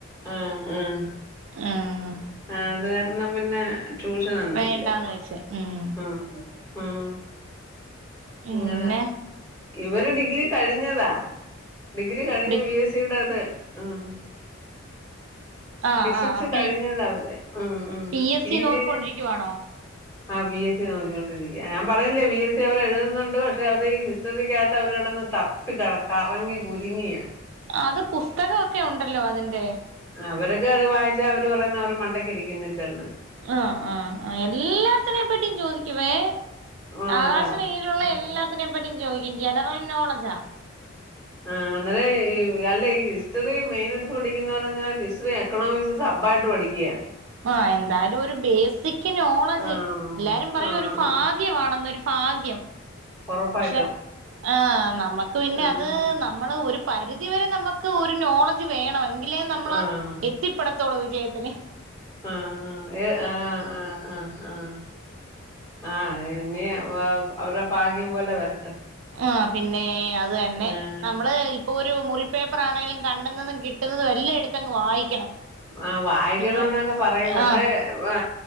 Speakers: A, on the left; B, on the right.
A: ആഹ് ആഹ്
B: ആഹ്
A: ആഹ് അത് കാരണം പിന്നെ ട്യൂഷനൊന്നുല്ലപ്പോ
B: വേണ്ടാന്ന് വെച്ച് ഉം
A: ആഹ് ഉം
B: പിന്നെ
A: അങ്ങനെ ഇവര് ഡിഗ്രി കഴിഞ്ഞതാ ഡിഗ്രി കഴിഞ്ഞ
B: ഡി
A: ബി എസ് <unintelligible> ആഹ്
B: ആഹ്
A: ഫിസിക്സ്
B: ആഹ് പി
A: കഴിഞ്ഞതാ അവര് ഉം, ഉം
B: പി എസ്
A: പിജി
B: സി നോക്കിക്കൊണ്ടിരിക്കുവാണോ
A: ആഹ് പി എസ് സി നോക്കിക്കൊണ്ടിരിക്ക ഞാൻ പറഞ്ഞില്ലേ പി എസ് സി അവര് എഴു ന്നുണ്ട് പക്ഷെ അവര് ഈ ഹിസ്റ്ററിക്കകത്ത് അവര് കിടന്ന് തപ്പി കറങ്ങി കുരുങ്ങിയ
B: അത് പുസ്തകമൊക്കെ ഉണ്ടല്ലോ അതിന്റെ.
A: അവർക്ക് അത് വായിച്ച അവര് പറയുന്നെ അവരെമണ്ടക്ക് ഇരിക്കുന്നില്ലെന്ന്.
B: ആഹ്, ആഹ് എല്ലാത്തിനേ പറ്റിയും ചോദിക്കുവേ.
A: ആ
B: ആകാശന്നീലുള്ള
A: അതാ ഉം
B: എല്ലാത്തിനെ പറ്റിയും ചോദിക്കും ജനറൽ നോളെജാ.
A: ആഹ് അന്നരം ഈ അല്ല ഈ ഹിസ്റ്ററി മെയിന്എടുത്ത് പഠിക്കുന്നവര് എങ്ങനാ ഹിസ്റ്ററി എക്കണോമിക്സ് സബ്ബായിട്ട് പഠിക്ക.
B: ആഹ് എന്തായാലും ഒരു ബേസിക് നോളെജ്
A: ആ
B: എല്ലാരുംപറയും
A: ആ
B: ഒരു ഫാ
A: ആ
B: <unintelligible> വാണന്നൊരു ഭാഗ്യം
A: ഉറപ്പായിട്ടും
B: പക്ഷെ ആഹ് നമ്മക്ക് പിന്നെ
A: ആഹ്
B: അത് നമ്മള് ഒരു പരിധി വരെ നമ്മക്ക് ഒരു നോളെജ് വേണം എങ്കി എങ്കിലെ നമ്മള്
A: ആഹ്
B: എത്തിപ്പെടത്തൊളൂ വിജയത്തില്.
A: ആഹ്, ആഹ്, ഏഹ്, ആഹ്, ആഹ്, ആഹ് ആഹ് ആഹ് എനി അവരുടെ ഭാഗ്യം പോലെ വരട്ടെ.
B: ആഹ് പിന്നെ അത് തന്നെ
A: ആഹ്
B: നമ്മള് ഇപ്പൊ ഒരു മുറി പേപ്പറാണെങ്കിലും കണ്ടുന്നതും കിട്ടുന്നതും എല്ലാം എടുത്തങ്ങ് വായിക്കണം.
A: ആഹ് വായിക്കണന്നൊക്കെ
B: ന്യൂ
A: പറയും പക്ഷെ
B: ആഹ്
A: ആ